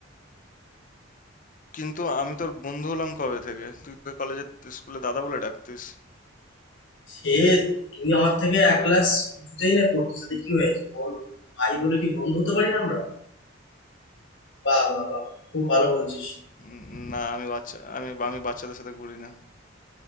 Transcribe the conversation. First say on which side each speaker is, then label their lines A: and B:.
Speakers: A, on the left (about 40°); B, on the left (about 65°).
A: কিন্তু আমি তোর বন্ধু হলাম কবে থেকে তুই তো কলেজে স্কুলে দাদা বলে ডাকতিস
B: সে তুই আমার থেকে এক ক্লাস উঁচুতেই না পড়তিস তাতে কি হয়েছে বল ভাই বলে কি বন্ধু হতে পারি না আমরা বাহ বাহ বাহ খুব ভালো বলছিস
A: উম, না আমি বাচ্চা আমি আমি বাচ্চাদের সাথে ঘুরি না